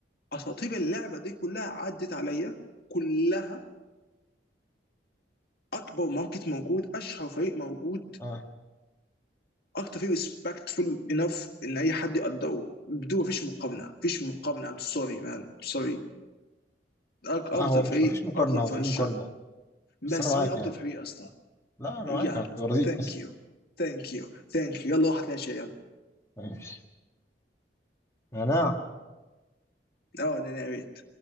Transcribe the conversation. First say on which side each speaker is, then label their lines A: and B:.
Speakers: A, on the left (about 60°); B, on the left (about 15°).
A: اساطير اللعبه دي كلها عدت عليا كلها اكبر ماركت موجود اشهر فريق موجود
B: اه
A: اكتر فريق ريسبكتفول انف ان اي حد يقدره بدون مفيش مقارنه مفيش مقارنه ام سوري مان سوري أك- افضل
B: لا هو مش
A: فريق
B: ما فيش مقارنه
A: افضل
B: هو
A: فرنشايز
B: في مقارنه
A: بس
B: بس انا معاك
A: مين افضل
B: يعني
A: فريق يا اسطى؟
B: لا انا
A: يا
B: معاك انا كنت برازيل
A: ثانك
B: بس
A: يو ثانك يو ثانك يو يلا واحد ماشي يلا
B: ماشي انا
A: اه انا ناريت